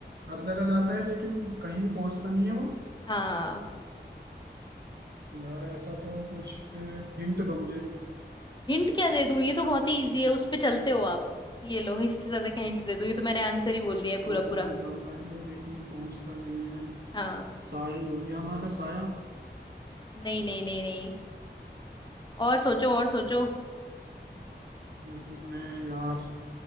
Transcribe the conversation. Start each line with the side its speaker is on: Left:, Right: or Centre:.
Right: हर जगह जाता है लेकिन कहीं भी पहुंचता नहीं है वो
Left: हाँ
Right: यार ऐसा तो कुछ हिंट दो मुझे
Left: हिंट क्या दे दूं ये तो बहुत ही इजी है उस पे चलते हो आप ये लो इससे ज्यादा क्या हिंट दे दूं ये तो मैंने आंसर ही बोल दिया है पूरा
Right: हर
Left: पूरा
Right: जगह जाता है लेकिन पहुंचता नहीं है
Left: हाँ
Right: साया हो गया हमारा साया
Left: नहीं नहीं नहीं नहीं और सोचो और सोचो
Right: इसमें यार